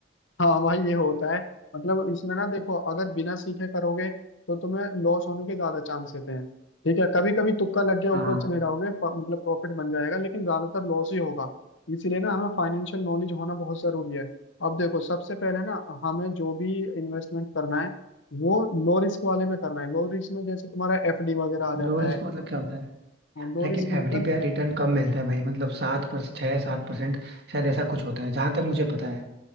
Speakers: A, on the left; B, on the right.
A: हाँ भाई ये होता है मतलब इसमें ना देखो अगर बिना सीखे करोगे तो तुम्हें लॉस होने के ज्यादा चांस रहते हैं ठीक है कभी कभी तुक्का लग गया
B: हाँ
A: ऊपर चले जाओगे प- मतलब प्रॉफिट बन जाएगा लेकिन ज्यादातर लॉस ही होगा इसीलिए ना हमें फाइनेंशियल नॉलेज होना बहुत जरूरी है अब देखो सबसे पहले ना हमें जो भी इन्वेस्टमेंट करना है वो लो रिस्क वाले में करना है लो रिस्क में जैसे तुम्हारा एफडी वगैरह आ जाता
B: लो रिस्क
A: है
B: मतलब क्या होता है
A: लो
B: लेकिन
A: रिस्क
B: एफडी
A: मतलब
B: पे यार रिटर्न कम मिलता है भाई मतलब सात पर छह सात परसेंट शायद ऐसा कुछ होता है जहां तक मुझे पता है